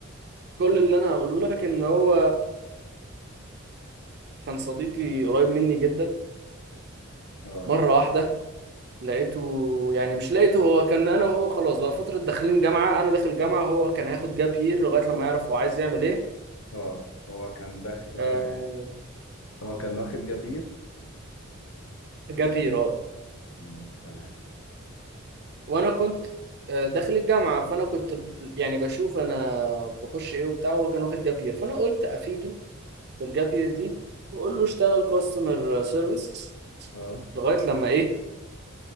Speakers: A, on the right; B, on the left.
A: كل اللي انا هقوله لك ان هو كان صديقي قريب مني جدا
B: اه
A: مرة واحدة لقيته يعني مش لقيته هو كان أنا وهو خلاص بقى فترة داخلين جامعة أنا داخل جامعة وهو كان هياخد جاب يير لغاية لما يعرف هو عايز يعمل إيه
B: اه هو كان داخل
A: آه
B: هو كان واخد جبير
A: جاب يير أه
B: مم. تمام
A: وأنا كنت آه داخل الجامعة فأنا كنت يعني بشوف أنا بخش إيه وبتاع وهو كان واخد جاب يير فأنا قلت أفيده بالجاب يير دي وأقول له اشتغل كاستمر سيرفيس
B: اه
A: لغاية لما إيه